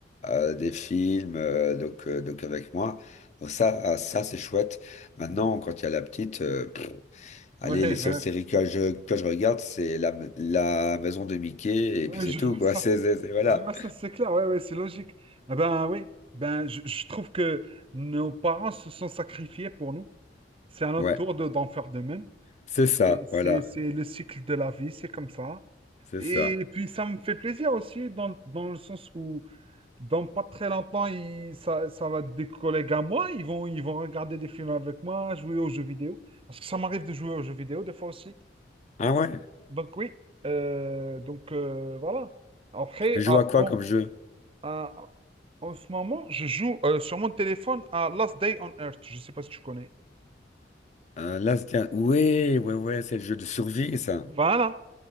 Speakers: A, on the left; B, on the right.
A: euh, des films euh, donc, euh, donc avec moi. Donc ça, ah, ça c'est chouette. Maintenant,
B: Mhm.
A: quand il y a la petite, euh, pff, allez,
B: Ouais,
A: les
B: ben,
A: seules séries que je, que je regarde, c'est la, la maison de Mickey
B: ouais,
A: et puis c'est
B: je
A: tout,
B: vois
A: quoi.
B: ça,
A: <laughs> C'est, c'est- c'est- voilà.
B: je vois ça, c'est clair, ouais, ouais, c'est logique. Ah ben oui, ben je, je trouve que nos parents se sont sacrifiés pour nous. C'est à notre
A: Ouais,
B: tour de, d'en faire de même.
A: c'est ça,
B: Et c'est,
A: voilà,
B: c'est le cycle de la vie, c'est comme ça.
A: c'est
B: Et
A: ça.
B: puis ça me fait plaisir aussi dans, dans le sens où dans pas très longtemps, il- ça, ça va être des collègues à moi, ils vont, ils vont regarder des films avec moi, jouer aux jeux vidéo. Parce que ça m'arrive de jouer aux jeux vidéo des fois aussi.
A: Ah ouais,
B: Donc oui, euh, donc euh, voilà. Après,
A: je joue
B: ah,
A: à quoi
B: bon,
A: comme jeu?
B: ah, en ce moment, je joue euh, sur mon téléphone à Last Day on Earth. Je ne sais pas si tu connais.
A: Un Last Guardian. Ouais, ouais, ouais, c'est le jeu de survie, ça.
B: Voilà.